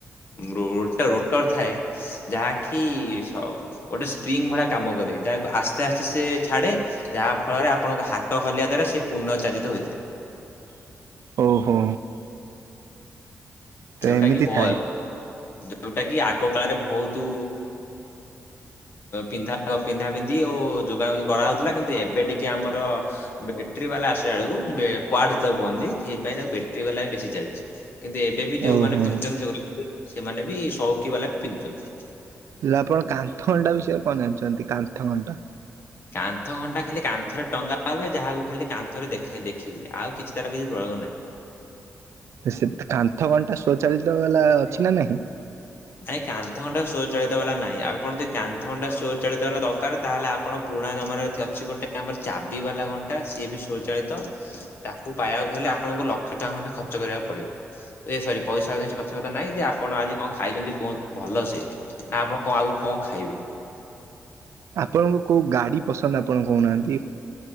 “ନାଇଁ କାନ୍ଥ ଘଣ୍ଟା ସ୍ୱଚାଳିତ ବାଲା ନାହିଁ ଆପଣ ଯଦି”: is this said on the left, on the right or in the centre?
Left